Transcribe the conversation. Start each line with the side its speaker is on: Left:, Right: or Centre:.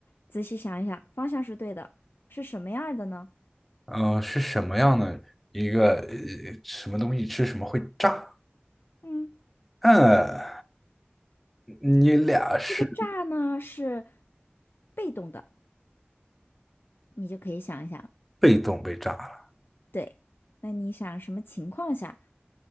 Left: 仔细想一想，方向是对的，是什么样儿的呢？
Centre: 呃，是什么样的一个，呃，什么东西吃什么会炸？
Left: 嗯，
Centre: 嗯。你俩是
Left: 这个炸呢是被动的，你就可以想一想，
Centre: 被动被炸了，
Left: 对，那你想什么情况下？